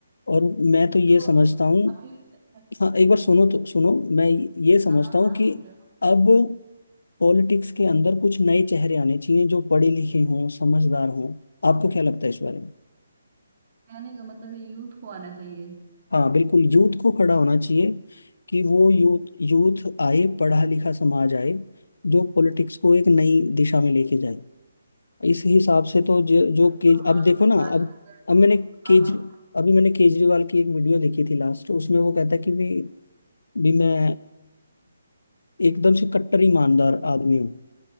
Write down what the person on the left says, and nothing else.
और मैं तो ये
समझता हूँ
हाँ एक बार सुनो
तो सुनो मैं ये समझता
हूँ
कि
अब पॉलिटिक्स के अंदर कुछ नए चेहरे आने चाहिए जो पढ़े लिखे हों समझदार हों आपको क्या लगता है इस बारे में
हाँ बिल्कुल यूथ को खड़ा होना चाहिए कि वो यूथ यूथ आए पढ़ा लिखा समाज आए जो पॉलिटिक्स को एक नई दिशा में लेके जाए इस हिसाब से तो जो जो
के अब
देखो ना
अब
अब मैंने केज
अभी मैंने केजरीवाल की एक वीडियो देखी थी लास्ट उसमें वो कहता है कि भी भी मैं एकदम से कट्टर ईमानदार आदमी हूँ